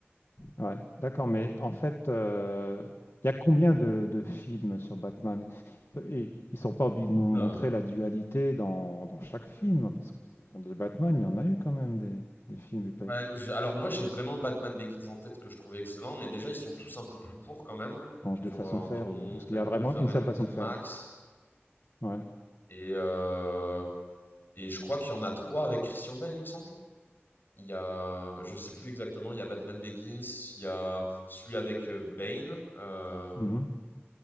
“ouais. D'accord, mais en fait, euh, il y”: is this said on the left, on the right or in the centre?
Left